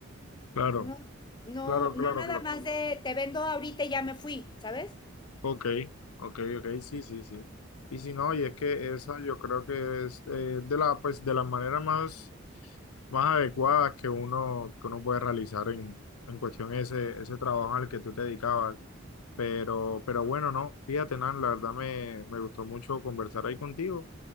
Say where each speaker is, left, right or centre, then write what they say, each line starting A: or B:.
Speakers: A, on the left (about 85°); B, on the left (about 20°).
A: Claro,
B: no, no,
A: claro,
B: no
A: claro,
B: nada
A: claro.
B: más de te vendo ahorita y ya me fui, ¿sabes?
A: Ok, ok, ok, sí, sí, sí. Y si no, y es que esa yo creo que es eh, de la, pues, de las maneras más, más adecuadas que uno, que uno puede realizar en, en cuestión ese, ese trabajo al que tú te dedicabas. Pero, pero bueno, no, fíjate, Nan, la verdad me, me gustó mucho conversar ahí contigo,